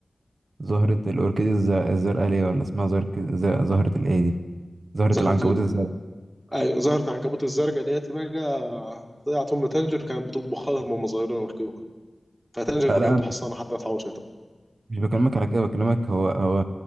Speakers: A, on the right; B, on the right.
A: زهرة الأوركيد الز- الزرقاء ليه ولا اسمها زهرة ك- ز- زهرة الإيه دي؟ زهرة
B: زهرة
A: العنكبوت
B: ال-
A: الزرقاء
B: ايوه زهرة العنكبوت الزرقاء ديت بقى طلعت ام تنجر كانت بتطبخ لهم وهم صغيرين ويركبوها فتنجر
A: آه
B: بقى
A: لا
B: عنده
A: أنا
B: حصانه حتى ما تحوش
A: مش بكلمك على كده بكلمك هو هو